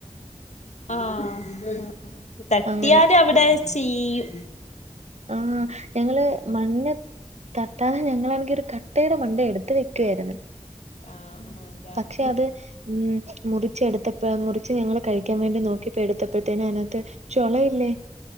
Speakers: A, on the left; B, on the right.
A: ആഹ് തട്ടിയാലും
B: അങ്ങനെ
A: അവിടത് ചീഴും
B: ആഹ് ഞങ്ങള് <unintelligible> തട്ടാതെ ഞങ്ങളാണങ്കി ഒരു കട്ടയുടെ മണ്ട എടുത്ത് വെക്കായിരുന്നു.
A: ആഹ് ആഹ് അതാണ്
B: പക്ഷെ അത് ഉം മുറിച്ച് എടുത്തപ്പഴാ മുറിച്ച് ഞങ്ങള് കഴിക്കാൻ വേണ്ടി നോക്കിയപ്പൊ എടുത്തപ്പോഴത്തേനും അതിനകത്ത് ചോളയില്ലേ